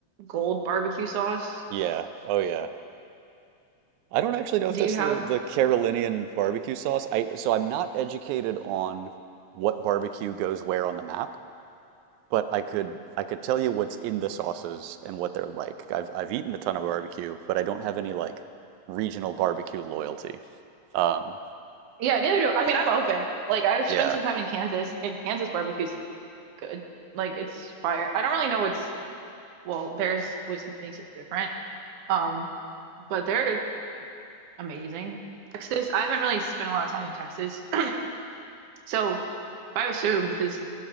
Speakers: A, on the right; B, on the right.
A: gold barbecue sauce.
B: yeah. Oh yeah. I don't actually know if
A: Do
B: that's
A: you have?
B: the the Carolinian barbecue sauce. I so I'm not educated on what barbecue goes where on the map. but I could I could tell you what's in the sauces and what they're like. I've I've eaten a ton of barbecue, but I don't have any like regional barbecue loyalty. Um,
A: Yeah, neither do I mean I'm open. Like I've
B: yeah.
A: spent some time in Kansas and Kansas barbecue's good. Like it's fire. I don't really know what's well, there's what makes it different. Um, but they're amazing. Texas, I haven't really spent a lot of time in Texas. <clears throat> So but I assume because